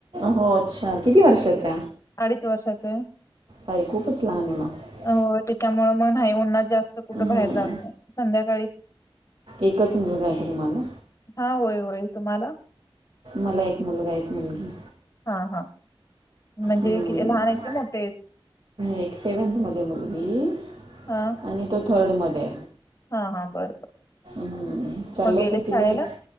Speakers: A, on the right; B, on the left.
A: हो अच्छा किती वर्षाचा
B: अडीच वर्षाच आहे.
A: बाई खूपच लहान आहे मग.
B: हो त्याच्यामुळेळ मग नाही, उन्हात जास्त कुठं बाहेर
A: हम्म.
B: जात नाही, संध्याकाळीच.
A: एकच मिळध आहे का तुम्हाला?
B: हा होय होय तुम्हाला?
A: मला एक मुलगा, एक मुलगी.
B: हा, हा. म्हणजे
A: हम्म.
B: लहान आहेत, का मोठे आहेत.
A: एक सेवन्थमध्ये मुलगी
B: हा.
A: आणि तो थर्डमध्ये.
B: हा, हा, बर, बर.
A: म् चाल
B: मग गेले
A: होत तिलाच,
B: शाळेला